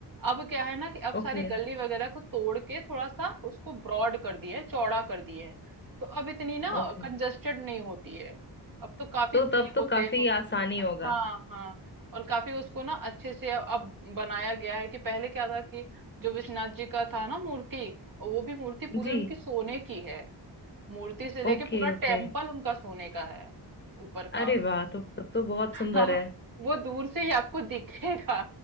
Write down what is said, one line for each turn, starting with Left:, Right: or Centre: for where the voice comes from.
Right: अब क्या है ना कि अब
Left: Okay
Right: सारी गली वगैरह को तोड़ के थोड़ा सा उसको ब्रॉड कर दिए हैं चौड़ा कर दिए हैं तो अब इतनी ना
Left: okay
Right: कंजेस्टेड नहीं होती है अब तो काफी
Left: तो
Right: फ्री
Left: तब तो
Right: होते
Left: काफी
Right: हो
Left: आसानी
Right: हाँ
Left: होगा
Right: हाँ और काफी उसको ना अच्छे से अब अब बनाया गया है कि पहले क्या था कि जो विश्वनाथ जी का था ना मूर्ति और वो भी मूर्ति पूरे
Left: जी
Right: उनकी सोने की है मूर्ति से लेके
Left: Okay
Right: पूरा
Left: okay
Right: टेम्पल उनका सोने का है ऊपर का
Left: अरे वाह तो तब तो बहुत सुंदर
Right: हाँ
Left: है
Right: वो दूर से ही आपको दिखेगा